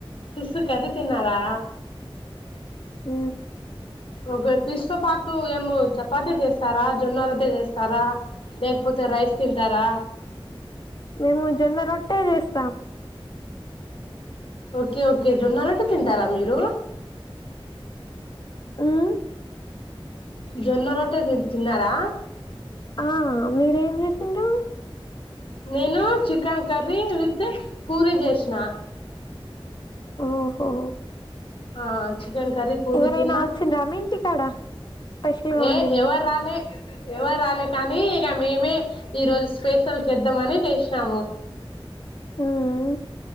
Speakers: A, on the left; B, on the left.
A: ఫిష్ కర్రీ తిన్నారా
B: ఊ
A: ఒకే ఫిష్ తో పాటు ఏమో చపాతి చేస్తారా జొన్న రొట్టె చేస్తారా లేకపోతే రైస్ తింటారా
B: మేము జొన్న రొట్టే చేస్
A: ఓకే ఓకే జొన్న రొట్టె తింటారా, మీరు
B: మ్మ్
A: జొన్న రొట్టె తిన్ తిన్నారా
B: ఆ మీరేం చేసిండ్రు
A: నేను చికెన్ కర్రీ విత్ పూరి జేసినా
B: ఓహో
A: ఆన్ చికెన్ కర్రీ పూరి
B: ఎవరైనా
A: తిన్నాం,
B: వచ్చిండ్రా మీ ఇంటికాడ స్పెషల్ గా
A: ఏ
B: వండిండ్రు
A: ఎవరు రాలే ఎవరు రాలే కానీ ఇగ మేమే ఈ రోజు స్పెషల్ చేద్దామని చేసినాము
B: మ్మ్